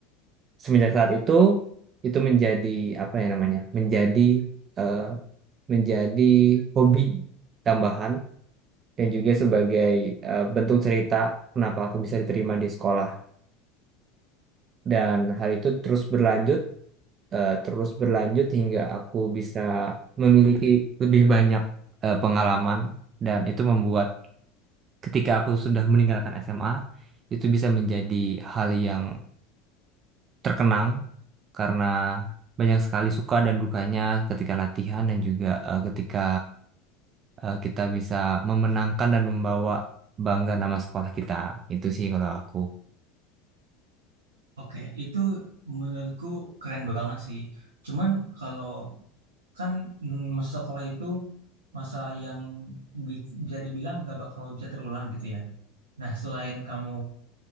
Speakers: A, on the right; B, on the right.
A: semenjak saat itu itu menjadi apa ya namanya? menjadi eh, menjadi hobi tambahan dan juga sebagai eh, bentuk cerita kenapa aku bisa diterima di sekolah. Dan hal itu terus berlanjut eh, terus berlanjut hingga aku bisa memiliki lebih banyak eh, pengalaman dan itu membuat ketika aku sudah meninggalkan SMA itu bisa menjadi hal yang terkenang karena banyak sekali suka dan dukanya ketika latihan dan juga eh, ketika eh, kita bisa memenangkan dan membawa bangga nama sekolah kita. Itu sih kalau aku.
B: Oke, itu menurutku keren banget sih. Cuman kalau kan mm, masa sekolah itu masa yang bi- bisa dibilang gak bakal bisa terulang gitu ya. Nah, selain kamu